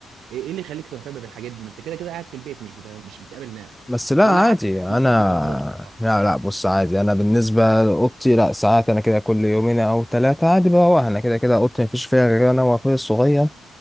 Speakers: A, on the right; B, in the centre.
A: ايه إيه اللي يخليك تهتم بالحاجات دي ما انت كده كده قاعد في البيت مش بتا... مش بتقابل ناس
B: بس لا
A: والعكس
B: عادي انا
A: لما بتيجي تخرج آه.
B: لا لا بص عادي انا بالنسبه لاوضتي لا ساعات انا كده كل يومين او ثلاثه عادي بروح انا كده كده اوضتي مفيش فيها غير انا واخويا الصغير